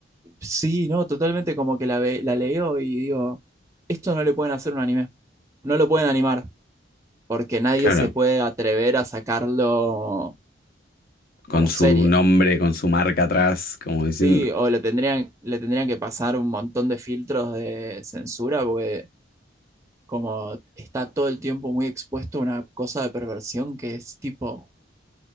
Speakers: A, on the right; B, on the left.
A: Sí, no, totalmente como que la, ve- la leo y digo, esto no le pueden hacer un anime, no lo pueden animar, porque nadie
B: Claro,
A: se puede atrever a sacarlo
B: con
A: como
B: su
A: serie,
B: nombre, con su marca atrás, como diciendo.
A: ¿sí? O le tendrían, le tendrían que pasar un montón de filtros de censura, porque como está todo el tiempo muy expuesto a una cosa de perversión que es tipo